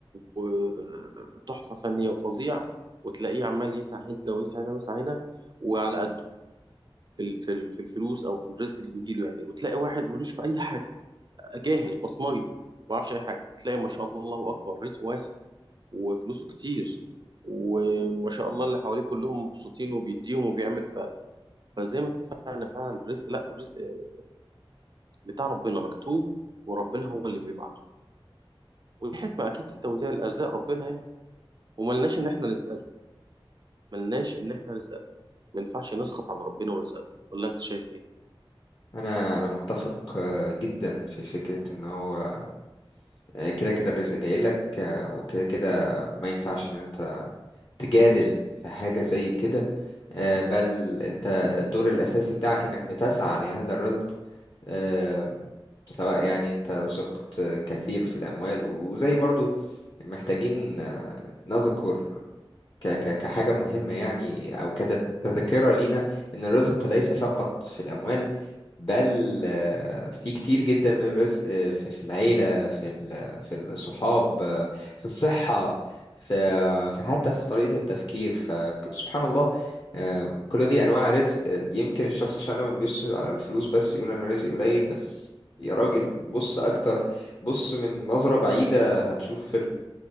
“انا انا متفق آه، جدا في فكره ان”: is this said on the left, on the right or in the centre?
Left